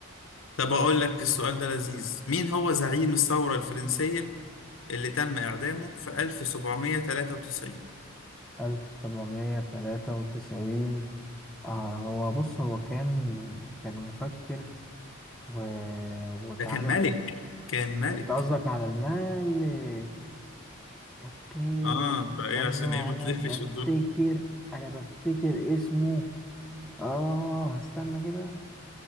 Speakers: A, on the left; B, in the centre.
A: طب اقول لك السؤال ده لذيذ مين هو زعيم الثورة الفرنسية اللي تم اعدامه في 1793
B: 1793 آه هو بص هو كان كان مفكر و... واتعدم
A: ده كان ملك كان ملك
B: انت قصدك على المالك اوكي
A: اه
B: استنى
A: فايه عشان
B: انا
A: ايه ما تلفش
B: بفتكر
A: وتدور لا
B: انا بفتكر اسمه اه استنى كده